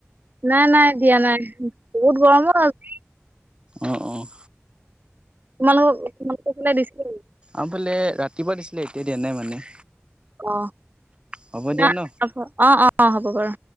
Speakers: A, on the right (about 40°); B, on the right (about 20°).
A: নাই নাই দিয়া নাই বহুত গৰম অ আজি।
B: অ', অ'।
A: তোমালোক <unintelligible> দিছে
B: আমাৰ ফালে ৰাতিপুৱা দিছিলে এতিয়া দিয়া নাই মানে
A: অ
B: হ'ব দিয়া
A: না
B: ন?
A: অ অ অ হ'ব বাৰু